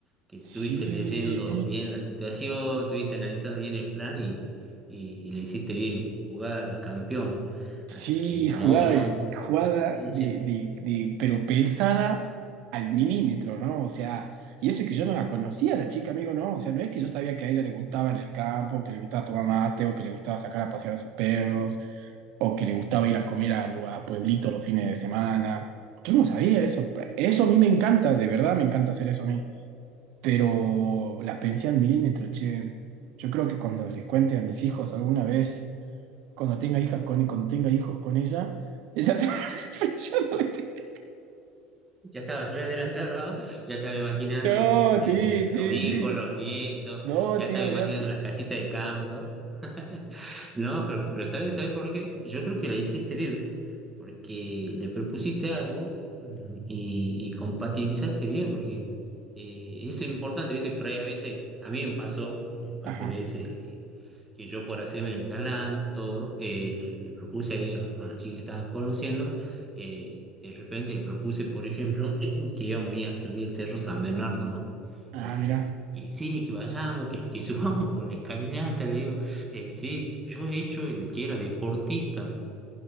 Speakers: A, on the right (about 15°); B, on the right (about 65°).
A: que estuviste
B: Sí,
A: leyendo bien la situación, estuviste analizando bien el plan y, y, y le hiciste bien, jugada de campeón.
B: Sí,
A: Así que,
B: jugada,
A: no, no,
B: de- jugada
A: está bien,
B: de,
A: che.
B: de- de- pero pensada al milímetro, ¿no? O sea, y eso es que yo no la conocía, la chica, amigo, ¿no? O sea, no es que yo sabía que a ella le gustaba en el campo, que le gustaba tomar mate, o que le gustaba sacar a pasear a sus perros, o que le gustaba ir a comer a, lu- a pueblito los fines de semana. Yo no sabía eso. Eso a mí me encanta, de verdad me encanta hacer eso a mí. Pero la pensé al milímetro, che. Yo creo que cuando les cuente a mis hijos alguna vez cuando tenga hijas con, cuando tenga hijos con ella, ella te <laughs> va flasheando, ¿viste? <laughs>
A: Ya estaba re adelantado, ¿no? ya estaba imaginando
B: No, le tengo- No,
A: eh,
B: sí,
A: los
B: sí,
A: hijos,
B: sí.
A: los nietos,
B: No,
A: ya
B: sí,
A: estaba
B: olvídate.
A: imaginando la casita de campo, todo. <laughs> No, pero, pero está bien, ¿sabes por qué? Yo creo que la hiciste bien, porque le propusiste algo mm, y, y compatibilizaste bien, porque eh, eso es importante, ¿viste? Por ahí a veces, a mí me pasó un par
B: Ajá.
A: de veces que yo por hacerme el galán, todo, eh, le, le propuse ahí a, a la chica que estaban conociendo, eh, de repente le propuse, por ejemplo, <clears throat> que íbamos a ir a subir el Cerro San Bernardo, ¿no?
B: Ah,
A: Eh,
B: mira.
A: que, que sí, que vayamos, que, que <laughs> subamos por la escalinata, le digo, eh, sí, yo he hecho el que era deportista,